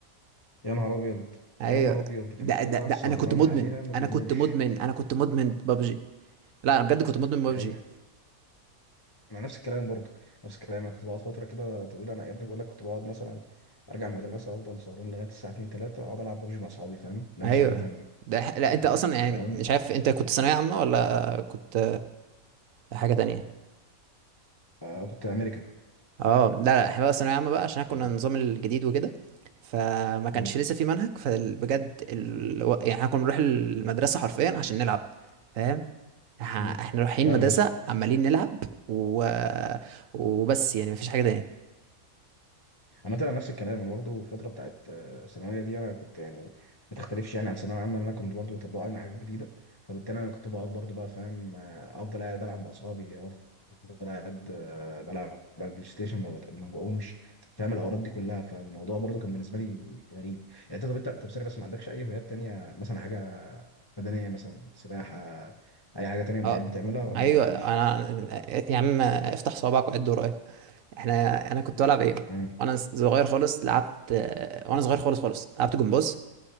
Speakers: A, on the left; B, on the right.
A: يا نهار ابيض
B: ايوه
A: يا نهار ابيض
B: ده
A: الناس كلها
B: ده ده
A: سهرانه
B: انا كنت مدمن
A: عليها ما بيقوموش
B: انا كنت مدمن انا كنت مدمن بابجي
A: مم.
B: لا انا بجد كنت مدمن بابجي
A: دي حقيقة. انا نفس الكلام برضه نفس الكلام انا كنت بقعد فتره كده طويله انا يا ابني بقول لك كنت بقعد مثلا ارجع من المدرسه افضل سهران لغايه الساعه 2 3 اقعد العب ببجي مع اصحابي فاهم ده
B: ايوه
A: مش حاجه تانية
B: ده ح- لا انت اصلا يعني
A: فاهم
B: مش عارف انت كنت ثانويه عامه ولا كنت آه، حاجه تانية
A: آه كنت امريكان
B: اه لا لا احنا بقى ثانوية عامة بقى عشان كنا
A: م-
B: النظام الجديد وكده فما كانش
A: م-
B: لسه في منهج فبجد ال... و- يعني احنا كنا بنروح المدرسة حرفيا عشان نلعب فاهم ح-
A: م.
B: احنا رايحين
A: فاهم
B: مدرسة
A: قصدي
B: عمالين نلعب و... وبس يعني مفيش حاجة تاني
A: عامة انا نفس الكلام انا برضه الفتره بتاعت آه، الثانويه دي انا كنت يعني ما تختلفش يعني عن ثانويه عامه إن انا كنت برضه بطبق لنا حاجات جديده فبالتالي انا كنت بقعد برضه بقى فاهم آه، افضل قاعد العب مع اصحابي أنا قاعد آه، بلعب على البلاي ستيشن ما بت- ما بقومش فاهم الحوارات دي كلها فالموضوع برضو كان بالنسبه لي غريب يعني انت طب انت طب ثانيه بس ما عندكش اي هوايات تانية مثلا حاجه بدنيه مثلا سباحه اي حاجه تانية بتحب
B: اه
A: تعملها ولا
B: ايوه
A: مفيش؟
B: انا يا عم افتح صوابعك وعد ورايا احنا انا كنت بلعب ايه
A: مم.
B: وانا صغير خالص لعبت وانا صغير خالص خالص لعبت جمباز